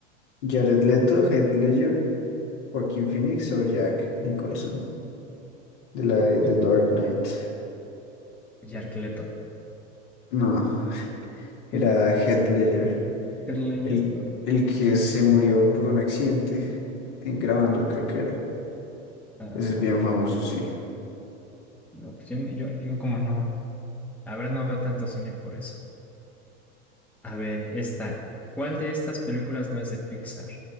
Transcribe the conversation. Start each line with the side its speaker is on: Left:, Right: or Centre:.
Left: Jared Leto, Heath Ledger, Joaquín Phoenix o Jack Nicholson. De la de The
Centre: Mm,
Left: Dark Knight.
Centre: Yarkleto.
Left: No, era
Centre: No,
Left: Heath Ledger.
Centre: Kerleyer,
Left: El,
Centre: no. ma-
Left: el que se murió por un accidente en grabando, creo que era.
Centre: Ah,
Left: Ese es bien famoso, sí.
Centre: no, pues yo, yo, yo como no. A ver, no veo tanto cine por eso. A ver, esta. ¿Cuál de estas películas no es de Pixar?